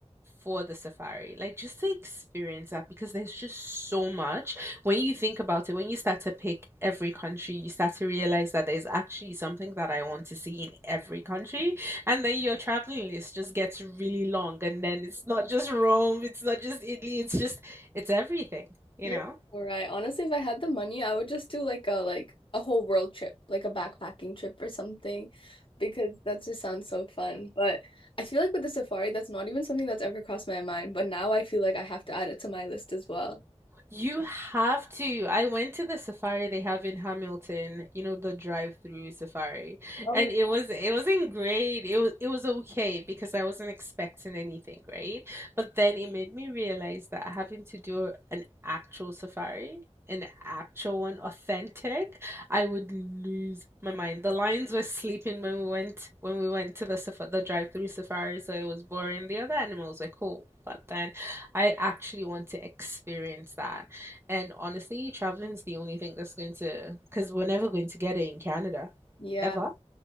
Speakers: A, on the right; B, on the left.
A: for the safari. Like just to experience that because there's just so much. When you think about it, when you start to pick every country, you start to realize that there's actually something that I want to see in every country. And then your traveling list just gets really long. And then it's not just Rome, it's not just Italy, it's just, it's everything, you
B: You're
A: know?
B: all right. Honestly, if I had the money, I would just do like a like a whole world trip, like a backpacking trip or something, because that just sounds so fun. But I feel like with the safari, that's not even something that's ever crossed my mind. But now I feel like I have to add it to my list as well.
A: You have to. I went to the safari they have in Hamilton, you know, the drive-through safari.
B: Oh,
A: And it was it wasn't great. It was it was okay because I wasn't expecting anything, right? But then it made me realize that having to do an actual safari an actual and authentic, I would lose my mind. The lions were sleeping when we went when we went to the safa- the drive-through safari, so it was boring. The other animals were cool, but then I actually want to experience that. And honestly, traveling's the only thing that's going to because we're never going to get it in Canada,
B: Yeah.
A: ever.